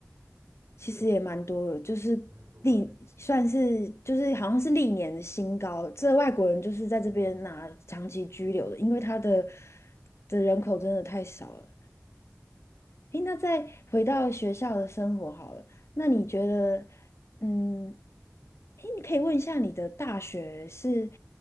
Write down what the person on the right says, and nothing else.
这
很多哎、欸
嗯，